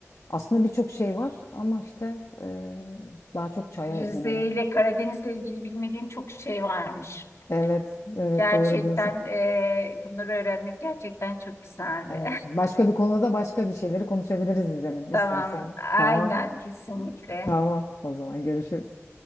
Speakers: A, on the left; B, on the left.
A: Aslında birçok şey var ama işte e, daha çok çaya
B: Rize
A: yönelim.
B: ile Karadeniz'le ilgili bilmediğim çok şey varmış.
A: Evet, evet
B: Gerçekten
A: doğru diyorsun.
B: e, bunları öğrenmek gerçekten çok güzeldi.
A: Evet. Başka bir konuda başka bir şeyleri konuşabiliriz izlenin
B: <laughs>
A: istersen.
B: Tamam, aynen
A: Tamam,
B: kesinlikle.
A: tamam. O zaman görüşürüz.